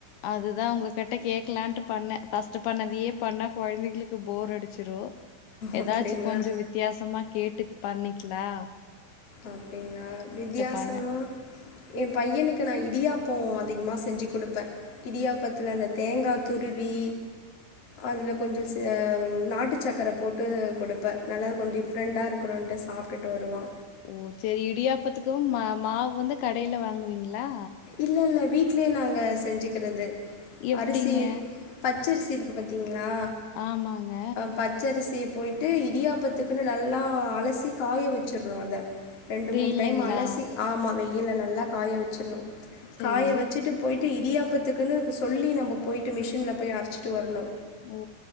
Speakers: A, on the left; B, on the left.
A: அதுதா உங்க கிட்ட கேக்கலான்ட்டு பண்ணே பஸ்ட் பண்ணதுயே பண்ண கொழந்தைகளுக்கு போர் அடிச்சிரு
B: அப்டிங்களா
A: ஏதாச்சு கொஞ்சோ வித்தியாசமா கேட்டு பண்ணிக்லா
B: அப்படிங்களா வித்தியாசமா
A: பண்ணே
B: என் பையனுக்கு நா இடியாப்போ அதிகமாக செஞ்சு குடுப்பே இடியாப்பத்துல அந்த தேங்கா துருவி அதுல கொஞ்சோ நாட்டு சக்கர போட்டு குடுப்பே நல்லா கொண் ஃப்ரெண்டா இருக்கனுன்ட்டு சாப்ட்டுட்டு வருவா
A: ஓ சேரி இடியாப்பத்துக்கு மா மாவு வந்து கடையில வாங்குவீங்களா
B: இல்ல இல்ல வீட்லயே நாங்க செஞ்சுக்கிறது
A: எப்டிங்க
B: அரிசி பச்சரிசி இருக்கு பாத்தீங்களா
A: ஆமாங்க
B: பச் பச்சரிசியை போய்ட்டு இடியாப்பத்துக்குன்னு நல்லா அலசி காய வச்சிடணு அத ரெண்டு
A: வெயில்லைங்களா
B: மூணு டைம் அலசி ஆமா வெயில்ல நல்லா காய வச்சிட்ணு
A: சரி
B: காய வச்சிட்டு போய்ட்டு இடியாப்பத்துக்குன்னு சொல்லி நம்ம போய்ட்டு மிஷினில் போய் அரைச்சிட்டு வரணு
A: ஓ